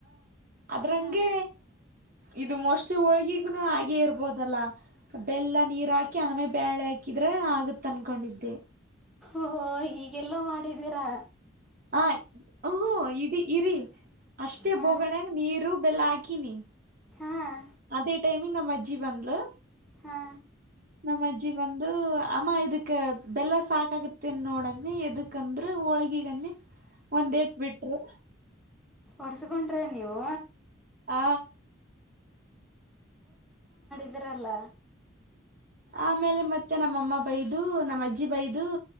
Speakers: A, on the right; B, in the centre.
A: ಅದ್ರ ಹಂಗೆ.
B: ಹಾಂ
A: ಇದು ಮೋಸ್ಟ್ಲಿ ಹೋಳ್ಗಿಗನು ಹಾಗೆ ಇರ್ಬೋದಲ್ಲ ಬೆಲ್ಲ ನೀರು ಹಾಕಿ ಆಮೇ ಬಾೇಳೆ ಹಾಕಿ. ಆದ್ರೆ ಆಗತ್ ಅನ್ಕೊಂಡಿದ್ದೆ.
B: ಓಹೋ ಈಗೆಲ್ಲ ಮಾಡಿದ್ದೀರಾ.
A: ಹ ಹ ಇಡೀ ಇರಿ ಅಷ್ಟೇ
B: ಹಾಂ
A: ಬೋಗೋಣ ನೀರು ಬೆಲ್ಲ ಆಗಿ. ಇಕ್ಕಿನಿ
B: ಹಾಂ
A: ಅದೇ ಟೈಮಗ ನಮ್ಮ ಅಜ್ಜಿ ಬಂದ್ಲು.
B: ಹಾ.
A: ನಮ್ಮ ಅಜ್ಜಿ ಬಂದು ಅಮ್ಮ ಇದಕ್ ಬೆಲ್ಲ ಸಾಕಾಗತ್ತೆನ್ ನೋಡಂಗಿ ಎದಕಂದ್ರೆ ಹೋಳಿ ಗೀಗೆ ಅನ್ನಿ ಒಂದ ಎಟ ಬಿಟ್ರು.
B: ಒಡ್ಸ್ಕೊಂಡ್ರಿ ನೀವು.
A: ಹಾ.
B: ಇದರಲ್ಲ.
A: ಆಮೇಲೆ ಮತ್ತೆ ನಮ್ಮ ಅಮ್ಮ ಬೈದು ನಮ್ಮ್ ಅಜ್ಜಿ ಬೈದು.